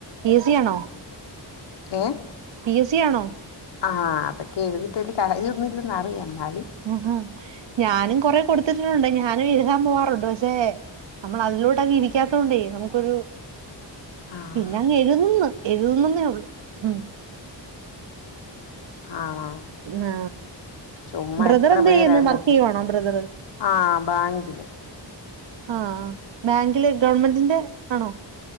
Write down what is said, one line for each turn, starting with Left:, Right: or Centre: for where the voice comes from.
Right: സിയ ആണോ
Left: ഏഹ്
Right: പി എസ് സി ആണോ
Left: ആഹ് അതൊക്കെ എഴുതിട്ടയ്ല് കാര്യ ഒന്നുല്ലെന്ന് അറിയാം ന്നാ
Right: ആ ഞാനും കൊറെ കൊടുത്തിട്ടുണ്ട് ഞാനും എഴുതാൻ പോവാറുണ്ട് പക്ഷെ നമ്മൾ അതിലൂടങ് ഇരിക്കാത്തോണ്ടേ നമുക്കൊരു
Left: ആഹ്
Right: പിന്നെ അങ്ങ് എഴുതുന്നു എഴുതുന്നുന്നേ ഉള്ളു ഉം
Left: ആണോ
Right: ആ
Left: ചുമ്മാ
Right: ബ്രദർ
Left: എത്ര
Right: എന്തെയ്യല്
Left: പേരല്ലേ
Right: വർക്ക് യ്യുവാണോ ബ്രദറ്?
Left: ആഹ് ബാങ്കില്
Right: ആ ബാങ്കില് ഗവൺമെന്റിന്റെ ആണോ